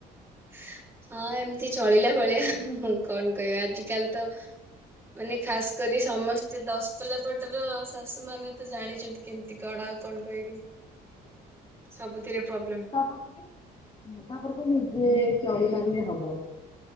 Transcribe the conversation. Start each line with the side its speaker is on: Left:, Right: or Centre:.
Right: ହଁ ଏମିତି ଚଳିଲା ଭଳିଆ ହୁଁ। କଣ କହିବା ଆଜିକାଲି ତ ମାନେ ଖାସ କରି ସମସ୍ତେ ଦଶପଲା ପଟର ଶାଶୁମାନେ ତ ଜାଣିଛନ୍ତି। କେମିତି କଣ ଆଉ କଣ କହିବି ସବୁଥିରେ ପ୍ରୋବ୍ଲେମ।
Left: ତାପକୁ ନିଜେ ଚଳିପାରିଲେ ହବ।